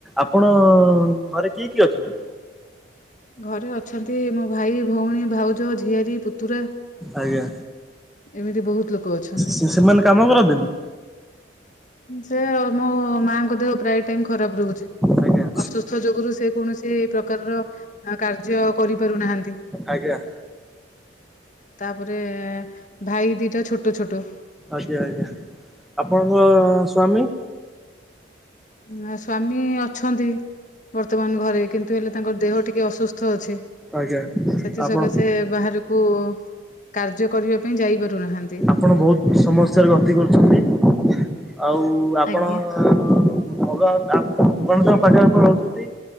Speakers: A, in the centre; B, on the left (about 40°).
A: ଆପଣ ଘରେ କିଏ କିଏ ଅଛନ୍ତି?
B: ଘରେ ଅଛନ୍ତି ମୋ ଭାଇ, ଭଉଣୀ, ଭାଉଜ, ଝିଆରୀ, ପୁତୁରା।
A: ଆଜ୍ଞା।
B: ଏମିତି ବହୁତ ଲୋକ ଅଛନ୍ତି।
A: ସେ ସେମାନେ କାମ କରନ୍ତିନି।
B: ସେ ମୋ ମାଙ୍କ ଦେହ ପ୍ରାୟ ଟାଇ ଖରାପ ରହୁଛି।
A: ଆଜ୍ଞା
B: ଅସୁସ୍ଥ ଯୋଗୁରୁ ସେ କୌଣସି ପ୍ରକାରର କାର୍ଯ୍ୟ କରିପାରୁନାହାନ୍ତି।
A: ଆଜ୍ଞା।
B: ତାପରେ ଭାଇ ଦିଟା ଛୋଟ ଛୋଟ।
A: ଆଜ୍ଞା ଆଜ୍ଞା ଆପଣଙ୍କ ସ୍ୱାମୀ?
B: ନା ସ୍ଵାମୀ ଅଛନ୍ତି ବର୍ତ୍ତମାନ ଘରେ କିନ୍ତୁ ହେଲେ ତାଙ୍କର ଦେହ ଟିକେ ଅସୁସ୍ଥ ଅଛି।
A: ଆଜ୍ଞା।
B: ସେଥି
A: ଆପଣ
B: ସକାସେ ବାହାରକୁ କାର୍ଯ୍ୟ କରିବା ପାଇଁ ଯାଇ ପାରୁନାହାନ୍ତି।
A: ଆପଣ ବହୁତ ସମସ୍ୟାରେ ଗତି କରୁଛନ୍ତି ଆଉ ଆପଣ
B: ଆଜ୍ଞା
A: ଭଗବାନ ଭଗାନଙ୍କ ପାଖପ ରହୁଛନ୍ତି <unintelligible>